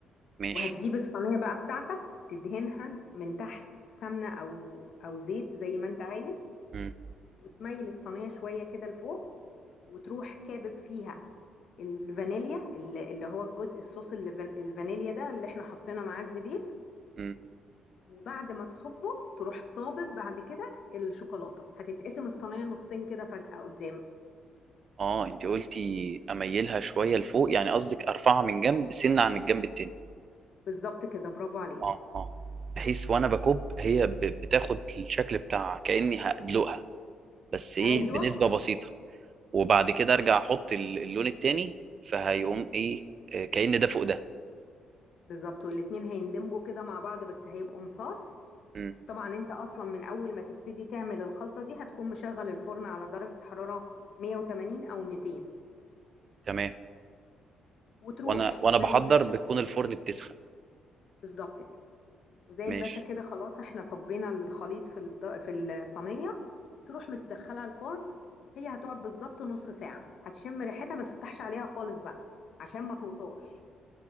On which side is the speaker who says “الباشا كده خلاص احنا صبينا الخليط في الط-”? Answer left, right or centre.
Left